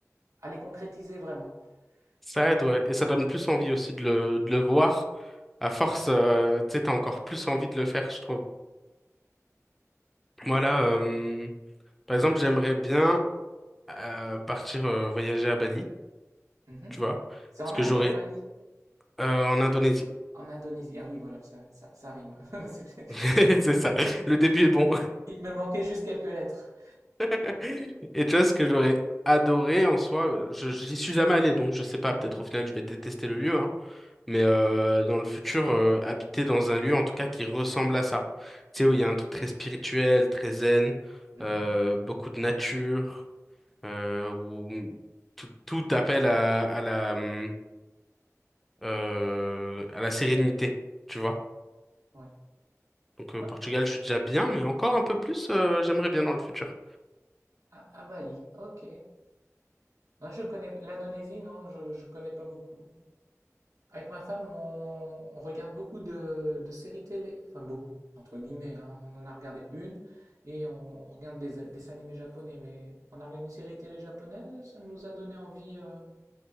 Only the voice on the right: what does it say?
à les concrétiser vraiment.
Donc,
mhm.
C'est en
Inde,
hein, Bali,
en Indonésie. Ah oui, voilà, ça, ça, ça rime. <laughs> C'est-
Il me manquait juste quelques lettres.
Mhm,
mhm.
Ouais.
Ah,
ah- ah, Bali, ok. Non, je connais l'Indonésie, non, je, je connais pas beaucoup. Avec ma femme, on, on regarde beaucoup de, de séries télé, enfin beaucoup, entre guillemets, hein. On en a regardé une et on regarde des, des dessins animés japonais, mais on a regardé une série télé japonaise, ça nous a donné envie euh,